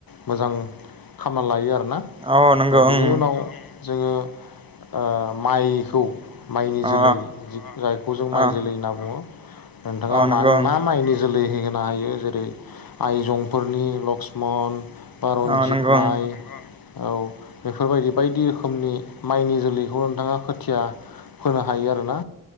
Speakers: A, on the left (about 80°); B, on the right (about 15°).
A: मोजां खामना लायो आरो ना
B: औ नंगौ
A: फ्राय बिनि
B: ओं
A: उनाव जोङो ओ माइखौ माइनि
B: अ
A: जोलै जायखौ जों माइ
B: अ
A: जोलै होनना बुङो नोंथाङा
B: अ नंगौ
A: मा
B: ओं
A: मा माइनि जोलै होयो? होनो हायो जेरै आइजंफोरनि लक्ष्मन बा रनजित
B: अ नंगौ ओं
A: माइ औ बेफोरबायदि बायदि रोखोमनि माइनि जोलै बेखौ नोंथाङा खोथिया फोनो हायो आरोना